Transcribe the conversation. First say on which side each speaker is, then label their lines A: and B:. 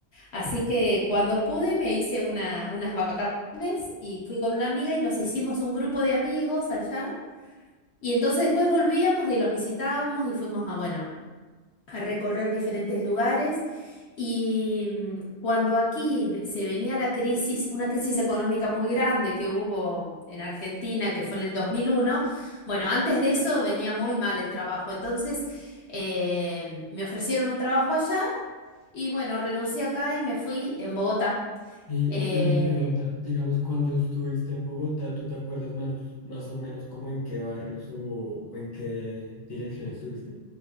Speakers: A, on the left; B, on the left.
A: Así que cuando pude me hice una, unas vacaciones y fui con una amiga y nos hicimos un grupo de amigos allá. Y entonces después volvíamos y los visitábamos y fuimos a, bueno, a recorrer diferentes lugares. Y mm, cuando aquí ve- se venía la crisis, una crisis económica muy grande que hubo en Argentina, que fue en el 2001, bueno, antes de eso venía muy mal el trabajo. Entonces eh, me ofrecieron un trabajo allá y bueno, renuncié acá y me fui en Bogotá.
B: Y,
A: Eh,
B: y una pregunta, digamos, cuando estuviste en Bogotá, ¿tú te acuerdas más, más o menos como en qué barrios o, o en qué dirección estuviste?